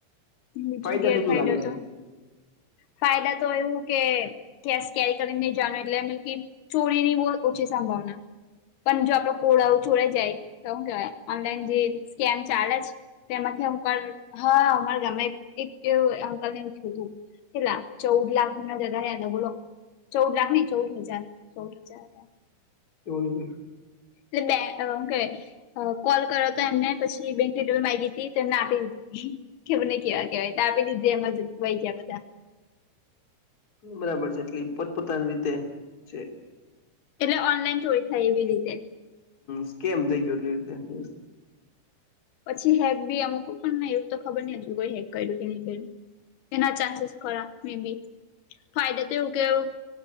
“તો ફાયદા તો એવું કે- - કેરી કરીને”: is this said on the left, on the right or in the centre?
Left